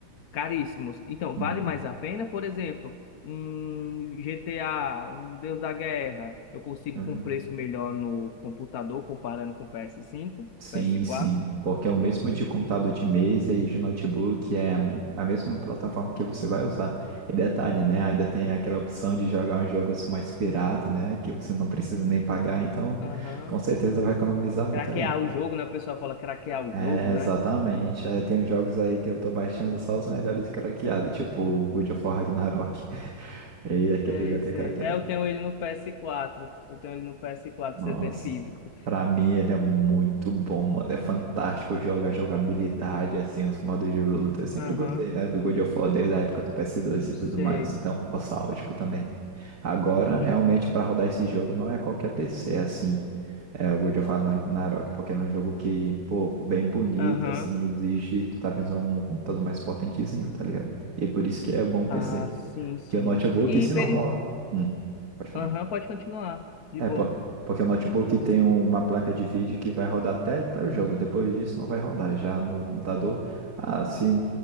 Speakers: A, on the left; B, on the right.
A: caríssimos. Então,
B: Uhum.
A: vale mais a pena, por exemplo, um GTA, um Deus da Guerra, eu consigo
B: É.
A: com um preço melhor no computador comparando com o PS5,
B: Sim,
A: ps quatro.
B: sim, porque é o mesmo de computador de mesa e de notebook, é a a mesma plataforma que você vai usar. E detalhe, né? Ainda tem aquela opção de jogar uns jogos mais pirata, né? Que você não precisa nem pagar, então
A: Aham.
B: com certeza vai economizar muito
A: Craquear
B: aí.
A: o jogo, né? O pessoal fala craquear o
B: É,
A: jogo, né?
B: exatamente. É, tem uns jogos aí que eu tô baixando só os melhores craqueados, tipo God of War Ragnarok. <laughs> E aquele
A: Sei,
B: jogo
A: sei.
B: que é craqueado.
A: É, eu tenho ele no PS4. Eu tenho ele no PS4,
B: Nossa.
A: CD físico.
B: Pra mim ele é muito bom, mano. É fantástico jogar a jogabilidade, assim, os modos de luta. Eu sempre
A: Aham,
B: gostei, né, do God of War desde a época do ps dois e
A: sei.
B: tudo mais. Então, nostálgico também. Agora, realmente,
A: E-
B: pra rodar esse jogo não é qualquer PC, assim. É o God of War Ragnarok, porque era um jogo que, pô, bem bonito,
A: Aham.
B: assim, exige talvez um computador mais potentezinho, tá ligado? E é por isso que é bom PC.
A: Ah, sim, sim.
B: Que o notebook,
A: E
B: se
A: peri...
B: não rolar. Hum, pode falar.
A: Aham, pode continuar. De
B: É,
A: boa.
B: po- porque o notebook tem uma placa de vídeo que vai rodar até tal jogo. Depois disso não vai rodar. Já no computador, ah, se